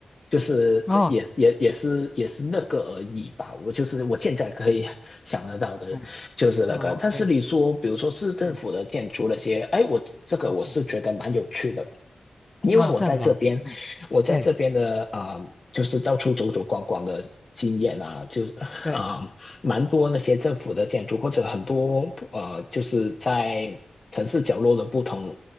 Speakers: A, on the left; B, on the left.
A: 就是呃也也也是也是那个而已吧，
B: 哦，
A: 我就是我现在可以想得到的就是那个。
B: 嗯，哦，OK，
A: 但是你说，比如说市政府的建筑那些，
B: 对，
A: 哎，我这个我是觉得蛮有趣的，
B: 嗯嗯，
A: 因为我在这边，
B: 嗯哦，这样子哦，嗯，
A: 我在这边的啊、
B: 对
A: 呃就是到处走走逛逛的经验啊，就是啊、
B: 对
A: 呃蛮多那些政府的建筑，或者很多呃，啊就是在城市角落的不同